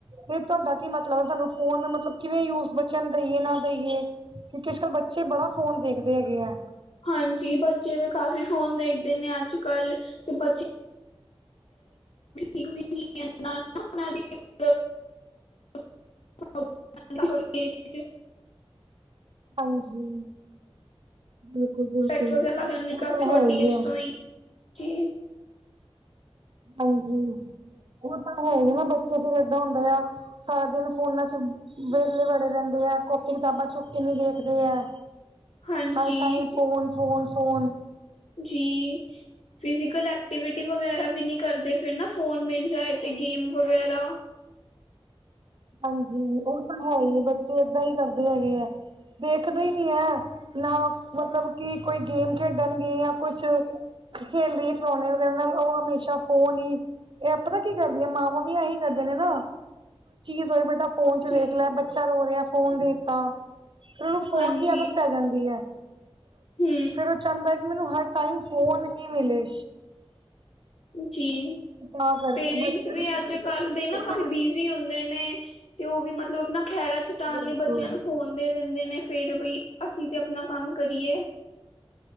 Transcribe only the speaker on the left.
ਹਾਂਜੀ ਬੱਚੇ ਤਾਂ ਕਾਫ਼ੀ ਫੋਨ ਦੇਖਦੇ ਨੇ ਅੱਜ ਕੱਲ੍ਹ ਤੇ ਬੱਚੇ ਠੀਕ ਵੀ ਨੀ ਹੈ ਨਾ ਏਨਾ ਉਹਨਾਂ ਲਈ ਮਤਲਬ <unintelligible>
ਸੈਕਸ ਵਗੈਰਾ ਲੱਗ ਜਾਂਦੇ
ਕਾਫੀ
ਛੋਟੀ
ਏਜ
ਤੋਂ ਜੀ
ਹਾਂਜੀ
ਜੀ। ਫਿਜ਼ੀਕਲ ਐਕਟੀਵਿਟੀ ਵਗੈਰਾ ਵੀ ਨੀ ਕਰਦੇ ਫੇਰ ਨਾ ਫ਼ੋਨ ਮਿਲ ਜਾਏ ਤੇ ਗੇਮ ਵਗੈਰਾ
ਜੀ
ਹਾਂਜੀ,
ਹੂੰ
ਜੀ,
ਪੇਰੈਂਟਸ
ਵੀ
ਅੱਜ ਕੱਲ ਦੇ ਨਾ
ਕਾਫੀ ਬਿਜੀ ਹੁੰਦੇ ਨੇ ਨੇ, ਤੇ ਉਹ ਵੀ ਮਤਲਬ ਆਪਣਾ ਖਹਿਰਾ ਛਡਾਉਣ
ਲਈ ਬੱਚਿਆਂ ਨੂੰ ਫੋਨ ਦੇ ਦਿੰਦੇ ਨੇ ਫੇਰ ਬਈ ਅਸੀਂ ਤੇ ਆਪਣਾ ਕੰਮ ਕਰੀਏ